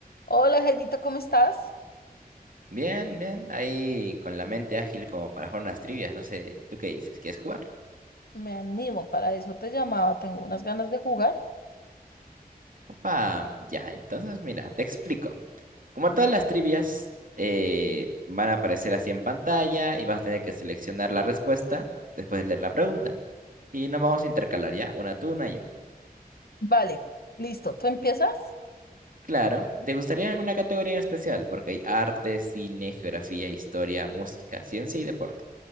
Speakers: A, on the left; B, on the right.
A: Hola, Jairito, ¿cómo estás?
B: Bien, bien, ahí con la mente ágil como para jugar unas trivias, no sé, ¿tú qué dices? ¿Quieres jugar?
A: Me animo, para eso te llamaba, tengo unas ganas de jugar.
B: Opa, ya, entonces mira, te explico. Como todas las trivias eh, van a aparecer así en pantalla y vas a tener que seleccionar la respuesta después de leer la pregunta. Y nos vamos a intercalar ya, una tú, una yo.
A: Vale, listo, ¿tú empiezas?
B: Claro, ¿te gustaría alguna categoría en especial? Porque hay arte, cine, geografía, historia, música, ciencia y deporte.